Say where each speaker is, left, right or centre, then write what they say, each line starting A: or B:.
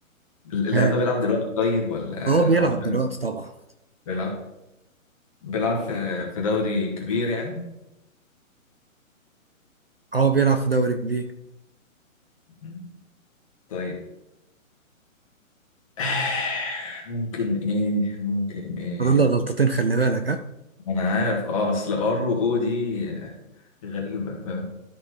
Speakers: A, on the left; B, on the right.
A: اللاعب
B: ها
A: ده بيلعب دلوقتي طيب ولا
B: اه بيلعب
A: هو كان
B: دلوقتي طبعا
A: بيلعب بيلعب في في دوري كبير يعني
B: اه بيلعب في دوري كبير
A: مم. طيب <sighs> ممكن ايه ممكن ايه
B: فاضل له غلطتين خلي بالك ها
A: انا عارف اه اصل ار و او دي آه، غريبة فاهم